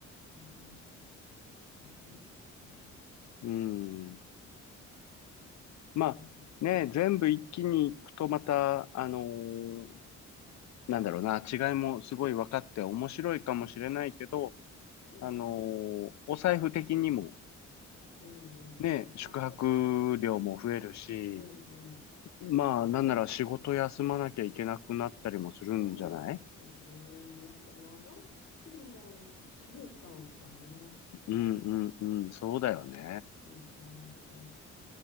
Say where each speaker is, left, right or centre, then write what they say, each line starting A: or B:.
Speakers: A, on the left; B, on the left.
A: ええ、すごいですね。
B: うん。まあ、
A: ええ
B: ね、全部一気に行くとまた、あのーなんだろうな、違いもすごい分かって面白いかもしれないけど、
A: うん、
B: あのーお財布的にも
A: うん、
B: ね、
A: うん。
B: 宿泊料も増えるし、
A: あ、確かに。うん、うん。
B: まあ、なんなら仕事休まなきゃいけなくなったりもするんじゃない
A: そうなんですよね。まあ、やっぱ長くても1週間かんかな。
B: うんうんうん、そうだよね。
A: 感じなんで。